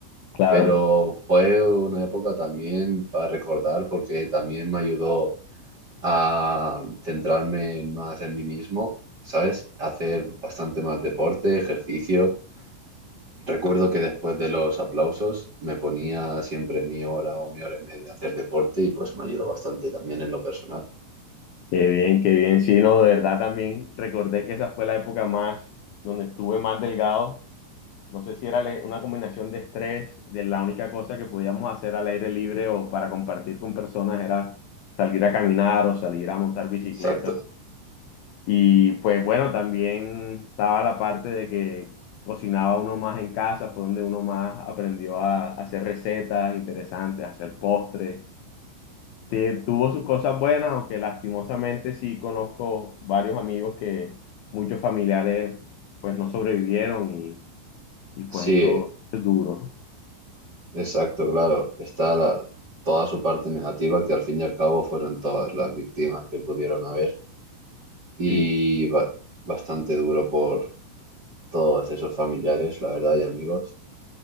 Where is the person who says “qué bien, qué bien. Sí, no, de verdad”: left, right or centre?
Left